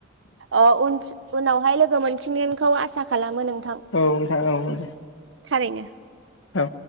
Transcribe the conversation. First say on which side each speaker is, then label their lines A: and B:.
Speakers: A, on the right; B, on the left.
A: अ उनावहाय लोगो मोनफिनगोनखौ आसा खालामो नों
B: औ नोंथां औ
A: थारैनो
B: औ